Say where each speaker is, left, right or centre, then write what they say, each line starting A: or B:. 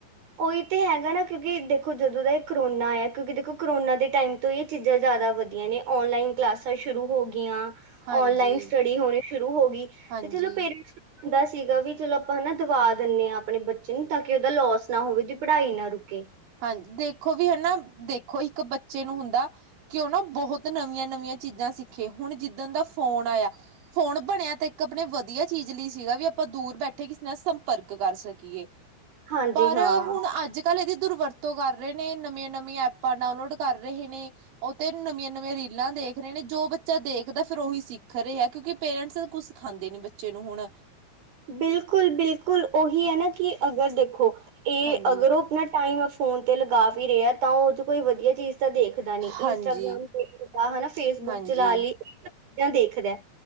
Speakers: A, on the right; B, on the right.
A: ਉਹੀ ਤੇ ਹੈਗਾ ਨਾ ਕਿਉਂਕਿ ਦੇਖੋ ਜਦੋਂ ਦਾ ਇਹ ਕਰੋਨਾ ਆਇਆ ਕਿਉਂਕਿ ਦੇਖੋ ਕਰੋਨਾ ਦੇ ਟਾਈਮ- ਤੋਂ ਇਹ ਚੀਜ਼ਾਂ ਜ਼ਿਆਦਾ ਵਧੀਆ ਨੇ ਔਨਲਾਈਨ ਕਲਾਸਾਂ ਸ਼ੁਰੂ ਹੋ ਗਈਆਂ।
B: ਹਾਂਜੀ,
A: ਔਨਲਾਈਨ ਸਟੱਡੀ ਹੋਣੀ ਸ਼ੁਰੂ ਹੋ ਗਈ
B: ਹਾਂਜੀ,
A: ਤੇ ਚਲੋ ਪੇਰੈਂਟਸ ਨੂੰ ਦਾ ਸੀਗਾ ਵੀ ਚਲੋ ਆਪਾਂ ਹੈਨਾ ਦਵਾ ਦਿੰਨੇਂ ਆਂ ਆਪਣੇ ਬੱਚੇ ਨੂੰ ਤਾਂ ਕਿ ਓਦਾ ਲੋਸ ਨਾ ਹੋਵੇ ਜੇ ਪੜਾਈ ਨਾ ਰੁੱਕੇ।
B: ਹਾਂਜੀ, ਦੇਖੋ ਵੀ ਹਨਾ ਦੇਖੋ ਇੱਕ ਬੱਚੇ ਨੂੰ ਹੁੰਦਾ ਕਿ ਓ ਨਾ ਬੋਹੋਤ ਨਵੀਆਂ-ਨਵੀਆਂ ਚੀਜਾਂ ਸਿੱਖੇ। ਹੁਣ ਜਿੱਦਨ ਦਾ ਫੋਨ ਆਇਆ ਫੋਨ ਬਣਿਆ ਤਾਂ ਇੱਕ ਆਪਣੇ ਵਧੀਆ ਚੀਜ ਲਈ ਸੀਗਾ ਵੀ ਆਪਾਂ ਦੂਰ ਬੈਠੇ ਕਿਸੇ ਨਾਲ ਸੰਪਰਕ ਕਰ ਸਕੀਏ।
A: ਹਾਂਜੀ
B: ਪਰ
A: ਹਾਂ
B: ਹੁਣ ਅੱਜ-ਕੱਲ ਇਦੀ ਦੁਰਵਰਤੋ ਕਰ ਰੇ ਨੇ। ਨਵੀਆਂ-ਨਵੀਆਂ ਐਪਾਂ ਡਾਊਨਲੋਡ ਕਰ ਰਹੇ ਨੇ। ਓ ਤੇ ਨਵੀਆਂ-ਨਵੀਆਂ ਰੀਲਾਂ ਦੇਖ ਰਹੇ ਨੇ ਜੋ ਬੱਚਾ ਦੇਖਦਾ ਫੇਰ ਓਹੀ ਸਿੱਖ ਰਿਹੈ ਕਿਉਂਕਿ ਪੇਰੈਂਟਸ ਕੁਸ ਖਾਂਦੇ ਨੀ ਬੱਚੇ ਨੂੰ ਹੁਣ।
A: ਬਿਲਕੁਲ-ਬਿਲਕੁਲ ਓਹੀ ਐਨਾ ਕਿ ਅਗਰ ਦੇਖੋ ਏ
B: ਹਾਂਜੀ,
A: ਅਗਰ ਓ ਪਣਾ ਟਾਈਮ ਓ ਫੋਨ ਤੇ ਲਗਾ ਵੀ ਰਿਐ ਤਾਂ ਉਜ ਕੋਈ ਵਧੀਆ ਚੀਜ਼ ਤਾਂ ਦੇਖ ਦਾ ਨੀ, ਇੰਸਟਾਗ੍ਰਾਮ
B: ਹਾਂਜੀ,
A: ਦੇਖਦਾ ਹੈਨਾ, ਫੇਸਬੁੱਕ
B: ਹਾਂਜੀ,
A: ਚਲਾ ਲੀ <unintelligible> ਦੇਖਦੈ